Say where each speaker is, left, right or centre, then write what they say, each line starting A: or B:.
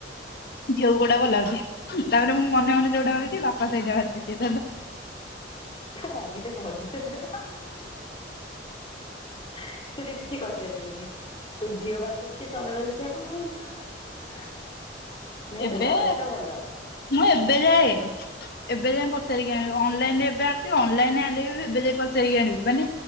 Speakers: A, on the left; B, on the left.
A: ଝିଅକୁ କୋଉଟା ଭଲ ଲାଗୁଛି? ତାପରେ ମୁଁ ମନେ ମନେ ଯୋଉଟା ଭାବିଥିବି ବାପା ସେଇଟା ବାଛିଥିବେ।
B: ତୋ ମମି ଟା କଣ ସେ ବି କିଛି କହିପାରିବେନି ତୁ ଝିଅ ବାଛୁଚି ସ୍ଵାମୀ ବାଛୁଚି ସେ ଆଉ କଣ କହିବେ। ନାଇଁ
A: ଏବେ
B: ତୋ ଚଏସ ଟା ଭଲ।
A: ମୁଁ ଏବେ ଯାଏ ଏବେ ଯାଇ ପଚାରିକି ଆଣିବି ଅନଲାଇନ ରେ ଏବେ ଆଣିବି ଅନଲାଇନ ରେ ଆଣିବି ଏବେ ଯାଇ ପଚାରିକି ଆଣିବି ମାନେ